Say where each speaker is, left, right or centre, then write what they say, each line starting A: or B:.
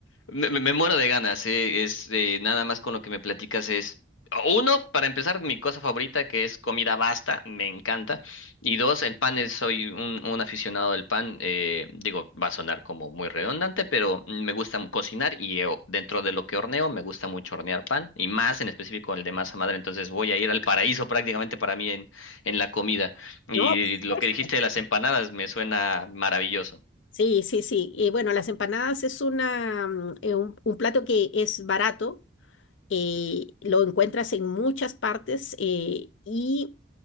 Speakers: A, on the left (about 85°); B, on the left (about 70°).
A: Me, me- me muero de ganas, eh, Es eh, nada más con lo que me platicas es uno, para empezar, mi cosa favorita que es comida basta, me encanta. Y dos, el pan es, soy un, un aficionado del pan. eh, digo, va a sonar como muy redundante, pero me gusta mu- cocinar y eh, o- dentro de lo que horneo, me gusta mucho hornear pan y más en específico el de masa madre. Entonces voy a ir al paraíso prácticamente para mí en, en la comida. Y
B: ¿no? Por supuesto.
A: lo que dijiste de las empanadas me suena maravilloso.
B: Sí, sí, sí. Eh, bueno, las empanadas es una, mm, eh, un, un plato que es barato, eh, lo encuentras en muchas partes eh, y